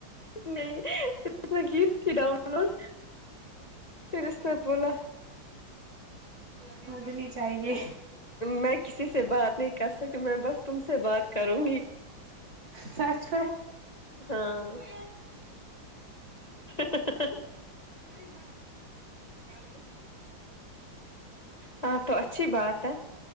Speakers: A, on the left (about 25°); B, on the right (about 65°).
A: نہیں نہیں کی تھی ڈاؤن لوڈ پھر اس نے بولا میں
B: مجھے نہیں چاہیے
A: میں کسی سے بات نہیں کر سکتی میں بس تم سے بات کروں گی
B: سچ کہہ
A: ہاں ہا۔ ہا۔ ہا۔ ہا۔ ہاں تو اچھی بات ہے